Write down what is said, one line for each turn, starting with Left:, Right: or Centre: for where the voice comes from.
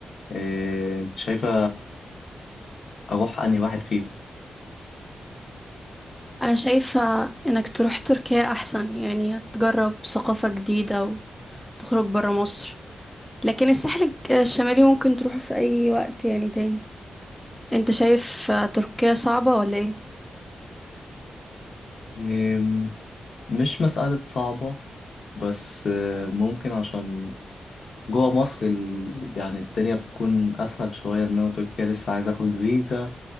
Left: آه، أنت شايفة أروح أنهي واحد فيهم
Centre: انا شايفة انك تروح تركيا احسن يعني تجرب ثقافة جديدة وتخرج برا مصر لكن الساحل الج- الشمالي ممكن تروحه في اي وقت يعني تاني انت شايف آه، تركيا صعبة ولا ايه
Left: آم، مش مسألة صعبة بس آه، ممكن عشان جوه مصر ال... يعني الدنيا بتكون أسهل شوية إنما تركيا لسه عايز آخد فيزا